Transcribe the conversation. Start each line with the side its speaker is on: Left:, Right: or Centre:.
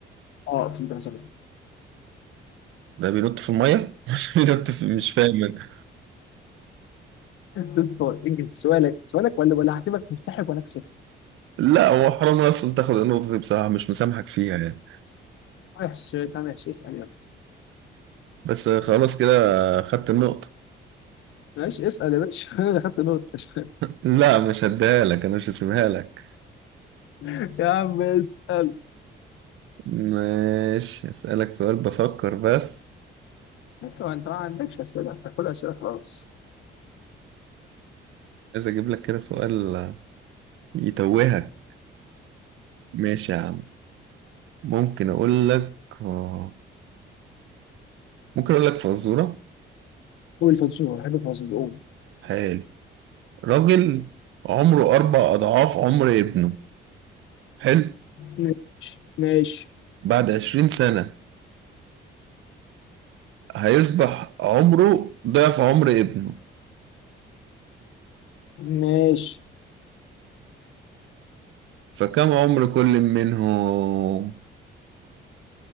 Left: اه فهمت حسب
Right: ده بينط في المية <laughs> بينط في مش فاهم أنا.
Left: تسطر انجز سؤالك سؤالك ولا ولا هعتبرك منسحب وانا كسبت
Right: لا هو حرام اصلا تاخد النقطة دي بصراحة مش مسامحك فيها يعني
Left: وحش طب ماشي اسال يلا
Right: بس خلاص كده خدت النقطة
Left: ماشي اسال يا باشا <laughs> انا اللي خدت نقطه
Right: لا مش هديها لك انا مش هسيبها لك
Left: <laughs> يا عم اسال
Right: ماشي هسألك سؤال بفكر بس
Left: انت انت ما عندكش اسئله انت كل اسئله خلاص
Right: عايز اجيب لك كده سؤال يتوهك ماشي يا عم ممكن اقول لك آه، ممكن اقول لك فزورة
Left: قول الفزوره بحب الفزوره قول
Right: حلو راجل عمره اربع اضعاف عمر ابنه حلو
Left: ماشي ماشي
Right: بعد عشرين سنة هيصبح عمره ضعف عمر ابنه
Left: ماشي
Right: فكم عمر كل منهم